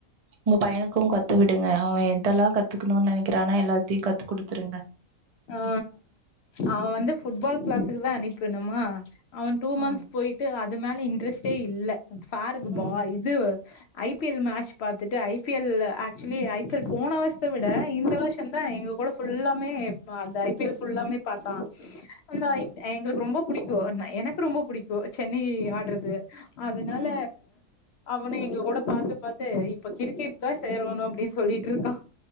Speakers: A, on the right; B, on the left.
A: உங் பையனுக்கு கத்து விடுங்க அவன் எதெல்லா கத்துக்ணுனு நெனைக்கிறானோ எல்லாத்தையு கத்து குடுத்துருங்க
B: ஆ அவ வந்து புட்ஃபால் ப்ளாக்குக்கு தா அனுப்பிட்னுமா அவன் டூ
A: ம்
B: மந்த்ஸ் போயிட்டு அது மேல இன்ட்ரெஸ்ட்டே இல்ல பாருக்கு
A: ம்
B: பா இது ஐ பி எல் மேட்ச் பாத்துட்டு I P L actually I P L போன வருஷத்த விட இந்த வருஷோந்தா எங்க கூட ஃபுல்லாமே இப்ப அந்த ஐ பி எல் ஃபுல்லாமே பாத்தா அந்த
A: ம்
B: ஐ எங்களுக்கு ரொம்பப் புடிக்கு எனக்கு ரொம்ப புடிக்கு சென்னை ஆட்றது அதுனால
A: ம்
B: அவனு எங்க கூட பாத்து பாத்து இப்ப கிரிக்கெட் தா சேரணு அப்டின் சொல்லிட்ருக்கா